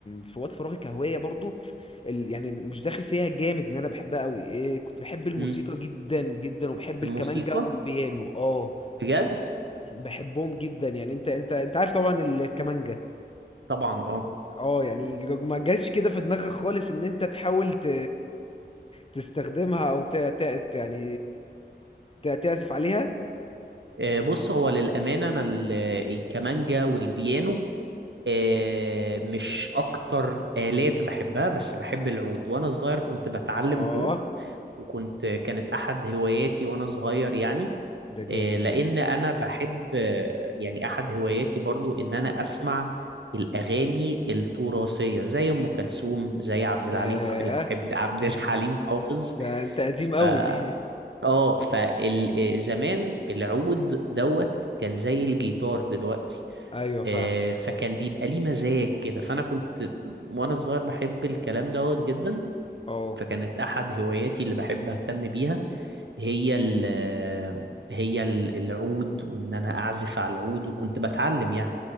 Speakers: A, on the left; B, on the right.
A: في وقت فراغي كهوايه برضو ال- يعني مش داخل فيها جامد ان انا بحبها قوي إيه كنت بحب الموسيقى
B: امم
A: جدا جدا وبحب
B: الموسيقى
A: الكمانجا والبيانو اه
B: بجد
A: بحبهم جدا يعني انت انت انت عارف طبعا الكمانجا
B: طبعا اه
A: اه يعني ما جاش كده في دماغك خالص ان انت تحاول ت... تستخدمها او ت... ت... ت- يعني ت... تعزف عليها
B: آه، بص هو للأمانة أنا ال- الكمانجا والبيانو آه، مش اكتر آلات بحبها بس بحب العود وانا صغير كنت بتعلم
A: اه
B: عود وكنت كانت احد هواياتي وانا صغير يعني
A: ده جامد
B: آه، لان
A: ده
B: انا بحب آه، يعني احد هواياتي برضو ان انا اسمع الاغاني التراثيه زي ام كلثوم زي عبد
A: ياه
B: الحليم ح- الح- عبد عبد الحليم حافظ
A: ده انت قديم
B: ف
A: قوي
B: اه فزمان العود دوت كان زي الجيتار دلوقتي
A: <laughs> ايوه فاهمك
B: آه، فكان بيبقى ليه مزاج كده فانا كنت وانا صغير بحب الكلام دوت جدا
A: اه
B: فكانت احد هواياتي اللي بحب اهتم بيها هي ال هي ال- العود وان انا اعزف على العود وكنت بتعلم يعني